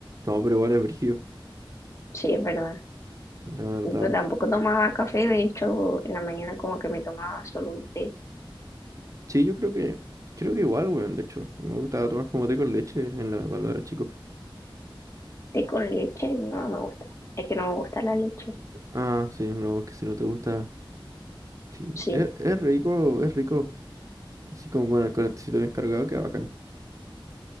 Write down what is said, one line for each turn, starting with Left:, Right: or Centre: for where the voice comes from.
Right: No, pero igual es brígido,
Left: Sí, es verdad.
Right: la verdad.
Left: Yo tampoco tomaba café, de hecho, en la mañana como que me tomaba solo un té.
Right: Sí, yo creo que, creo que igual, weón, de hecho. Me gustaba tomar como té con leche en la- cuando era chico.
Left: Té con leche, no me gusta. Es que no me gusta la leche.
Right: Ah, sí, no, es que si no te gusta. Sí,
Left: Sí,
Right: es, es rico, es rico. Así como con el, con bien cargado, queda bacán.